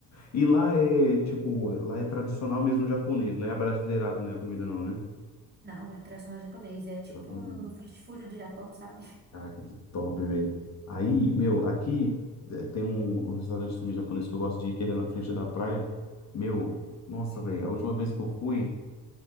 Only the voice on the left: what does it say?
e lá é, tipo, lá é tradicional mesmo japonês, não é abrasileirado, né? A comida não, né?
Hum,
Caraca, que top, velho. Aí, meu, aqui eh, tem um, um restaurante também japonês que eu gosto de ir, que ele é na frente da praia. Meu, nossa, velho, a última vez que eu fui.